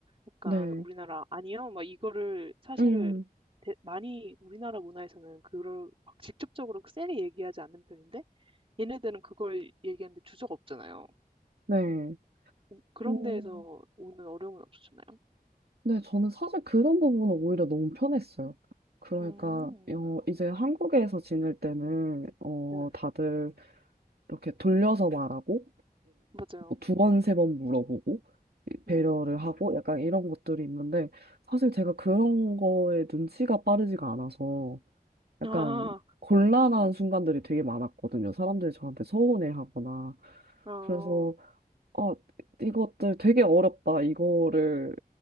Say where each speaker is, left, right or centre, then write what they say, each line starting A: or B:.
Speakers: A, on the right (about 35°); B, on the right (about 80°).
A: 약간
B: 네,
A: 우리나라 아니요 막 이거를 사실을
B: 음,
A: 대- 많이 우리나라 문화에서는 그걸 막 직접적으로 세게 얘기하지 않는 편인데 얘네들은 그걸 얘기하는데 주저가 없잖아요.
B: 네.
A: 오- 그런
B: 오,
A: 데에서 오는 어려움은 없으셨나요?
B: 네, 저는 사실 그런 부분은 오히려 너무 편했어요. 그러니까,
A: 음,
B: 어, 이제 한국에서 지낼 때는, 어,
A: 네.
B: 다들 이렇게 돌려서 말하고
A: 맞아요.
B: 두 번, 세 번 물어보고 이- 배려를
A: 음.
B: 하고 약간 이런 것들이 있는데 사실 제가 그런 거에 눈치가 빠르지가 않아서 약간
A: 아,
B: 곤란한 순간들이 되게 많았거든요. 사람들이 저한테 서운해하거나
A: 어.
B: 그래서 아 이것들 되게 어렵다 이거를